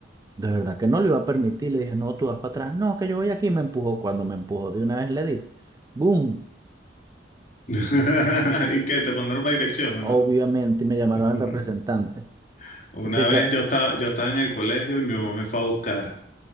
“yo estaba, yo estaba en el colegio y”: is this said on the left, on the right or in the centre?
Left